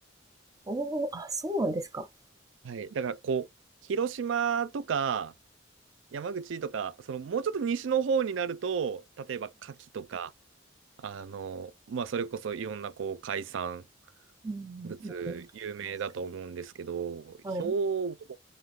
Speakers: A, on the right; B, on the right.
A: おー、あ、そうなんですか。
B: はい。だから、こう、広島とか、山口とか、その、もうちょっと西の方になると、例えば、牡蠣とか、あの、まあ、それこそいろんなこう海産
A: はいうんうんうん、
B: 物有名だと思うんですけど、
A: 確かに。
B: 兵庫、
A: はい。